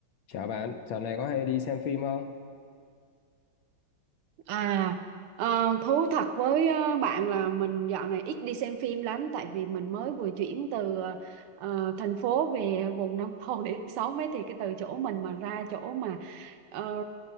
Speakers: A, on the left (about 70°); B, on the right (about 85°).
A: Chào bạn, dạo này có hay đi xem phim không?
B: À, ờ, thú thật với ờ, bạn là mình dạo này ít đi xem phim lắm tại vì mình mới vừa chuyển từ ờ, thành phố về vùng nông thôn để sống ấy thì cái từ chỗ mình mà ra chỗ mà ờ,